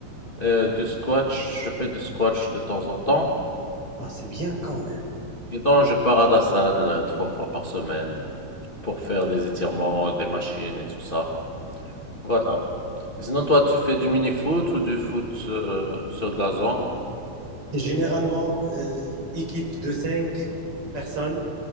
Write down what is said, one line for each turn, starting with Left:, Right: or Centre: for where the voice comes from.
Left: euh, du squash, je fais du squash de temps en temps.
Right: Ah, c'est bien quand même.
Left: Et donc, je pars à la salle euh, trois fois par semaine pour faire des étirements, des machines et tout ça. Voilà. Et sinon, toi, tu fais du mini-foot ou du foot euh, sur gazon?
Right: C'est généralement euh, équipe de cinq personnes,